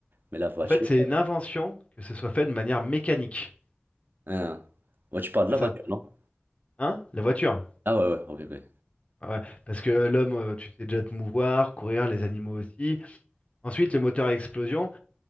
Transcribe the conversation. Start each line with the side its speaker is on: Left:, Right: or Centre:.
Right: Mais la voiture,
Left: en fait, c'est
Right: euh,
Left: une invention que ce soit fait de manière mécanique.
Right: hein. Ouais, tu parles de
Left: C'est
Right: la
Left: ça.
Right: voiture, non?
Left: Hein? La voiture.
Right: Ah ouais, ouais, ok, ok.
Left: Ouais. Parce que l'homme, euh, tu sais déjà te mouvoir, courir, les animaux aussi. Ensuite, le moteur à explosion.